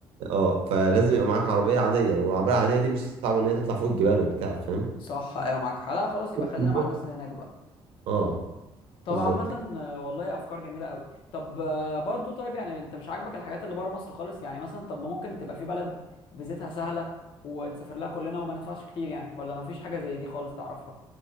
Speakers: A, on the right (about 75°); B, on the left (about 60°).
A: اه فلازم يبقى معاك عربيه عاديه والعربيه العاديه دي مش صعب ان هي تطلع فوق الجبال وبتاع فاهم
B: صح ايوه معاك حق. لا خلاص يبقى خلينا
A: نروح-
B: مع الناس اللي هناك بقى
A: اه
B: طب
A: بالظبط
B: عامة
A: كده.
B: آه، والله افكار جميلة قوي طب آه، برضو طيب يعني انت مش عاجبك الحاجات اللي بره مصر خالص يعني مثلا طب ما ممكن تبقى في بلد فيزيتها سهلة ونسافر لها كلنا وما ندفعش كتير يعني ولا ما فيش حاجة زي دي خالص تعرفها